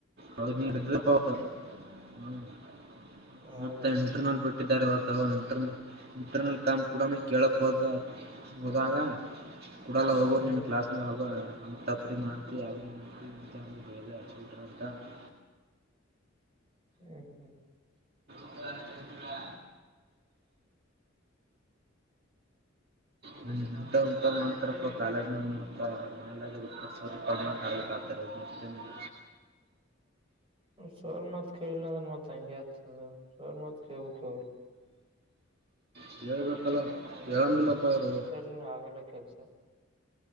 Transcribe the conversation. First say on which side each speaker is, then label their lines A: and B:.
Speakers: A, on the right; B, on the right.
A: ಹೌದು ನಿ ಇದ್ದೀಪಾ ಅವತ್ತ ಹ್ಮ
B: ಹೌದಾ
A: ಇಂಟರ್ನಲ್ ಬಿಟ್ಟ ಟ್ಟ ಇಂಟರ್ನಲ್ ಇಂಟರ್ನಲ್ ಕಾಮ್ ಕೂಡ ಕೇಳಕ್ ಹೋದರ ಹೋದಾಗ ಕೂಡಲ್ಲ ಹೋಗೋ
B: ಹ್ಮ್
A: ನಿನ್ನ ಕ್ಲಾಸ್ನೆಗ ತಪ್ಪು ಮಾಡ್ತಿ ಅದು ಮಾಡ್ತಿ ಬೈದ ಹ <unintelligible>
B: ಹು ಹು
A: ಹ ಬರೀ ಇಂಥವ ಇಂಥವ ನೋಡಿ ಕರ್ಕೋ ಕಾಲೇಜಿನಗ ಮಾಡದ ಮಾತೇನಿಲ್ಲ
B: ಸರ್ ಮಾತು ಕೇಳಿಲ್ಲ ಅಂದರೆ ಮತ್ತೆ ಹಾಗೆ ಆಗುತ್ತೆ ಸರ್ ಮಾತು ಕೇಳಬೇಕು
A: ಹ್ಮ ಹೇಳ್ಬೇಕಲ್ಲ ಹೇಳಂಗಿಲ್ಲಪ್ಪ ಇವ್ರು
B: ಇನ್ನು ಆಗಲ್ಲ ಕೆಲ್ಸ